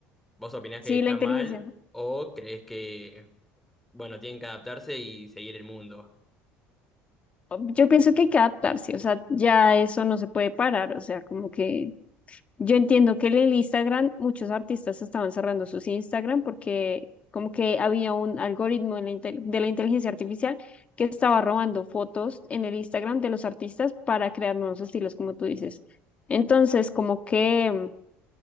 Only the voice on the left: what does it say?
sí,
la inteligencia.
Yo pienso que hay que adaptarse, o sea, ya eso no se puede parar, o sea, como que yo entiendo que en el Instagram, muchos artistas estaban cerrando sus Instagram porque como que había un algoritmo de la, intel- de la inteligencia artificial que estaba robando fotos en el Instagram de los artistas para crear nuevos estilos, como tú dices. Entonces, como que